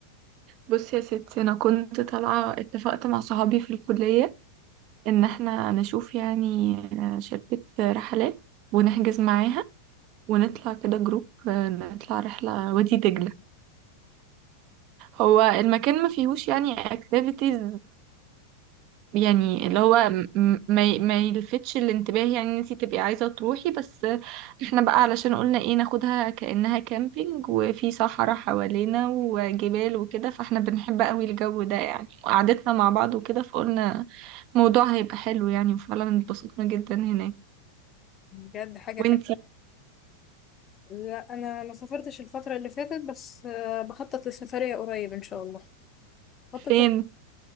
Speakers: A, on the right; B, on the left.
A: بصي يا ستي انا كنت طالعة اتفقت مع صحابي في الكلية ان احنا نشوف يعني آه، شركة رحلات ونحجز معاها ونطلع كده جروب آه، نطلع رحلة وادي دجلة هو المكان ما فيهوش يعني اكتيفيتيز يعني اللي هو م- م- ما ي- ما يلفتش الانتباه يعني ان انتي تبقي عايزة تروحي بس احنا بقى علشان قلنا ايه ناخدها كأنها كامبينج وفي صحراء حوالينا وجبال وكده فاحنا بنحب قوي الجو ده يعني وقعدتنا مع بعض وكده فقلنا الموضوع هيبقى حلو يعني وفعلا اتبسطنا جدا هناك
B: بجد حاجة
A: وانتي
B: حلوة لا انا ما سافرتش الفترة اللي فاتت بس آه، بخطط لسفرية قريب ان شاء الله بخطط
A: فين؟